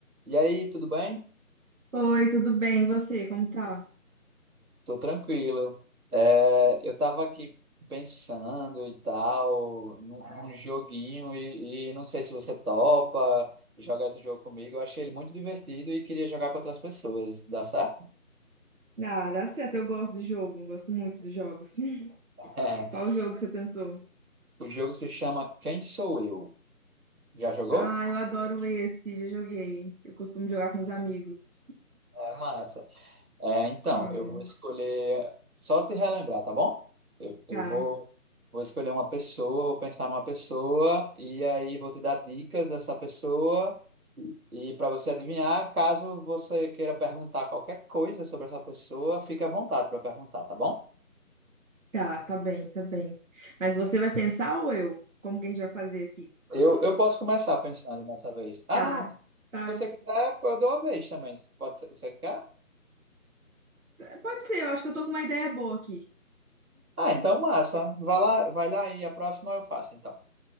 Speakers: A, on the right; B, on the right.
A: E aí, tudo bem?
B: Oi, tudo bem? E você, como tá?
A: Tô tranquilo. É, eu tava aqui pensando e tal, num, num joguinho, e, e não sei se você topa jogar esse jogo comigo. Eu achei ele muito divertido e queria jogar com outras pessoas. Dá certo?
B: Ah, dá certo, eu gosto de jogo, gosto muito de jogos. <laughs>
A: <laughs>
B: Qual jogo você pensou?
A: O jogo se chama Quem Sou Eu? Já jogou?
B: Ah, eu adoro esse, já joguei. Eu costumo jogar com os amigos.
A: É massa. É, então,
B: É,
A: eu vou escolher. Só te relembrar, tá bom? Eu, eu
B: <laughs> tá,
A: vou, vou escolher uma pessoa, vou pensar numa pessoa, e aí vou te dar dicas dessa pessoa. E para você adivinhar, caso você queira perguntar qualquer coisa sobre essa pessoa, fique à vontade para perguntar, tá bom?
B: tá, tá bem, tá bem. Mas você vai pensar ou eu? Como que a gente vai fazer aqui?
A: Eu, eu posso começar pensando dessa vez. Ah,
B: Tá,
A: não. Se
B: tá,
A: você quiser, eu dou a vez também. Pode ser, você quer?
B: tá. Pode ser, eu acho que eu tô com uma ideia boa aqui.
A: Ah, então massa. Vai lá, vai lá e a próxima eu faço, então.